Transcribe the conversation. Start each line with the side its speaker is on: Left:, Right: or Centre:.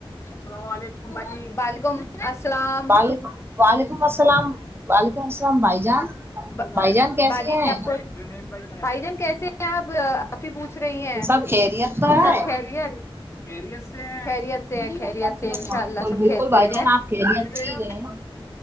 Left: اللاملم بالک اللام
Right: وعلیکم وعلیکم السلام وعلیکم السلام بھائی جان
Left: بجی
Right: بھائی جان کیسے ہیں
Left: آپ کو بھائی جان کیسے کیا آپ اپ ہی پوچھ رہی ہیں
Right: سب خیریت تو ہے
Left: سب خیریت سے خیریت سے خریت
Right: بالکل
Left: سے ان شاء اللہ سب
Right: بالکل
Left: خریت
Right: بھائی جان
Left: ہے
Right: آپ خیریت سے ہی رہے ہیں۔